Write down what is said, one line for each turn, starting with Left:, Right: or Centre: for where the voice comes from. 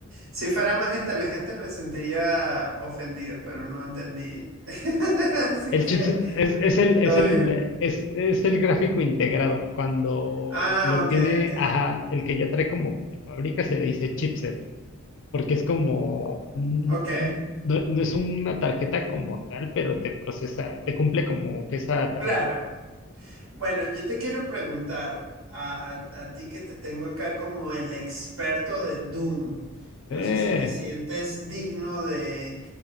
Right: Si fuera más inteligente me sentiría ofendido, pero no entendí. <laughs> Así
Left: El
Right: que,
Left: chips es, es el, es
Right: todo
Left: el,
Right: bien.
Left: es, es el gráfico integrado. Cuando
Right: Ah,
Left: lo
Right: ok,
Left: tiene,
Right: ok.
Left: ajá, el que ya trae como de fábrica se le dice chipset, porque es como, mm,
Right: Ok,
Left: mm, no, no es una tarjeta como tal, pero te procesa, te cumple como que esa tarea.
Right: claro. Bueno, yo te quiero preguntar a, a- a ti que te tengo acá como el experto de Doom. No
Left: Eh,
Right: sé si te sientes digno de